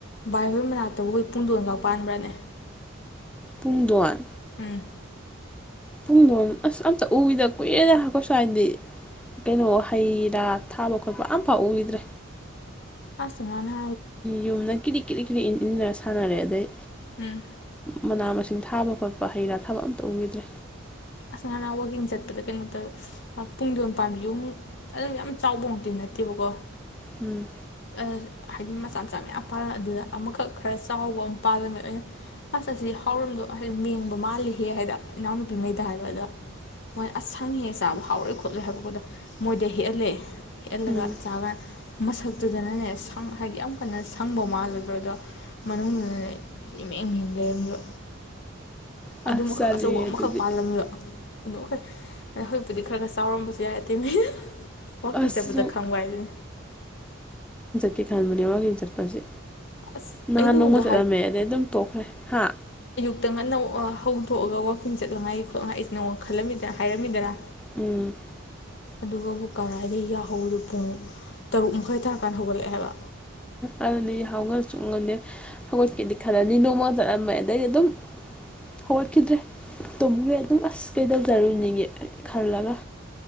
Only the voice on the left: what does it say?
ꯚꯥꯏ ꯍꯣꯏ ꯃꯅꯥꯛꯇꯕꯨ ꯍꯣꯏ ꯄꯨꯡꯗꯣꯟꯒ ꯄꯥꯟꯕ꯭ꯔꯅꯦ
ꯎꯝ
ꯑꯥꯁ ꯅꯥꯅꯥ
ꯎꯝ
ꯑꯁ ꯉꯔꯅꯥꯡ ꯋꯥꯛꯀꯤꯡ ꯆꯠꯄꯗ ꯀꯩꯅꯣ ꯇꯧꯋꯦ ꯄꯨꯡ ꯌꯣꯟ ꯄꯥꯝꯕꯤꯌꯨ ꯑꯗꯨꯝ ꯌꯥꯝ ꯆꯥꯎꯕꯃꯨꯛꯇꯤ ꯅꯠ ꯇꯦꯕꯀꯣ
ꯑ ꯍꯥꯏꯗꯤ ꯃꯆꯥ ꯃꯆꯥ ꯃꯌꯥꯝ ꯄꯥꯜꯂ ꯑꯗꯨꯗ ꯑꯃꯈꯛ ꯈꯔ ꯆꯥꯎꯕ ꯑꯃ ꯄꯥꯜꯂꯝꯃꯦ ꯑꯩꯅ ꯑꯁ ꯑꯁꯤ ꯍꯥꯎꯔꯝꯗꯣ ꯍꯥꯏꯗꯤ ꯃꯦꯡꯕ ꯃꯥꯜꯂꯤꯍꯦ ꯍꯥꯏꯗ ꯏꯅꯥꯎꯅꯨꯄꯤ ꯃꯩ ꯗ ꯍꯥꯏꯕ ꯑꯗ ꯃꯣꯏ ꯑꯁ ꯁꯪꯉꯤꯍꯦ ꯆꯥꯕ ꯍꯥꯎꯔꯣꯏ ꯈꯣꯠꯂꯣꯏ ꯍꯥꯏꯕꯀꯣꯗ ꯃꯣꯏꯗ ꯍꯦꯛꯍꯜꯂꯦ ꯍꯦꯛꯑꯜ ꯂꯒꯥ
ꯆꯒꯥꯟ ꯃꯁꯛꯇꯨꯗꯅꯅꯦ ꯁꯪ ꯍꯥꯏꯗꯤ ꯌꯥꯝ ꯀꯟꯅ ꯁꯪꯕ ꯃꯥꯜꯂꯗ꯭ꯔꯣ ꯑꯗꯣ ꯃꯅꯨꯡꯗꯨꯅꯦ ꯏꯃꯦ ꯃꯦꯡ ꯂꯩꯔꯝꯃꯤꯕ
ꯑꯗꯨ ꯃꯈꯛ ꯑꯆꯧꯕ
ꯑꯃꯈꯛ
ꯗ ꯑꯗꯨ ꯍꯣꯏꯛ ꯍꯧꯖꯤꯛꯄꯨꯗꯤ ꯈꯔ ꯈꯔ ꯆꯥꯎꯔꯝꯕꯁꯨ ꯌꯥꯏ ꯑꯇꯩꯃꯩꯗꯨ ꯋꯋꯥꯛꯀꯤꯡ
ꯆꯠꯄꯗ
ꯈꯪꯕ ꯍꯥꯏꯗꯤ
ꯑꯁ
ꯑꯩ ꯅꯉꯣꯟꯗ
ꯈꯛꯇꯪ ꯑꯅꯧ ꯍꯧꯗꯣꯛꯑꯒ ꯋꯥꯀꯤꯡ ꯆꯠꯅꯤꯡꯉꯥꯏ ꯈꯣꯠꯅꯉꯥꯏ ꯑꯩꯁꯤ ꯅꯉꯣꯟ ꯈꯜꯂꯝꯃꯤꯗꯅ ꯍꯥꯏꯔꯝꯃꯤꯗꯅ
ꯑꯗꯨꯒꯕꯨ ꯀꯔꯥꯏꯗ ꯌꯥꯎꯍꯧꯗꯨ ꯄꯨꯡ ꯇꯔꯨꯛ ꯃꯈꯥꯏ ꯇꯥꯔꯀꯥꯟꯗ ꯍꯧꯒꯠꯂꯛꯑꯦꯕ